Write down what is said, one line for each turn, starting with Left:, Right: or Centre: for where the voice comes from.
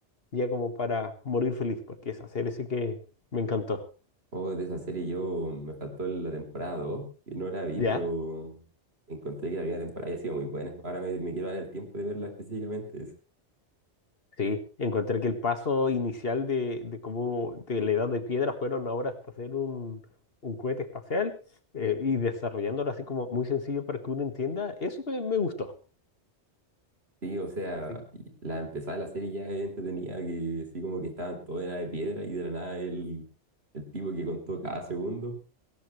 Left: ya como para morir feliz, porque esa serie sí que me encantó.
Right: Oh, de esa serie yo me faltó la temporada 2 y no la vi,
Left: ¿Ya?
Right: pero encontré que la primera temporada había sido muy buena. Ahora me, me quiero dar el tiempo de verla específicamente. es-
Left: Sí, encontré que el paso inicial de, de cómo de la edad de piedra fueron ahora hasta hacer un, un cohete espacial eh, y desarrollándolo así como muy sencillo para que uno entienda, eso me, me gustó.
Right: Sí, o sea,
Left: Así-
Right: y la empezada de la serie ya es entretenida, que sí como que estaban todos en la de piedra y de la nada el, el tipo que contó cada segundo,